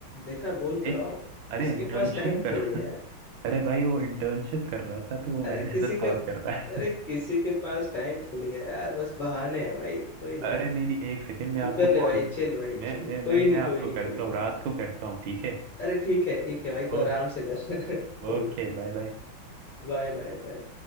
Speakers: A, on the left (about 35°); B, on the right (about 80°).
A: देखा बोल तो
B: एक
A: रहा हूँ
B: अरे
A: इसके
B: इंटर्नशिप
A: पास टाइम
B: कर
A: थोड़ी है
B: <laughs> अरे भाई वो इंटर्नशिप कर रहा था तो वो
A: अरे
B: मैनेजर
A: किसी
B: कॉल
A: का
B: कर रहा
A: अरे
B: है
A: किसी के पास टाइम थोड़ी है यार बस बहाने हैं भाई कोई नहीं
B: अरे नहीं नहीं एक सेकेंड मैं आपको
A: तू कर ले
B: कॉल
A: भाई चल भाई
B: मैं
A: चल
B: मैं मैं
A: कोई नहीं
B: मैं आपको
A: कोई नहीं
B: करता
A: कोई नहीं
B: हूँ रात को करता हूँ ठीक है
A: अरे ठीक है ठीक है भाई तू
B: ओके
A: आराम से कर <laughs> कोई
B: Okay bye bye
A: Bye bye bye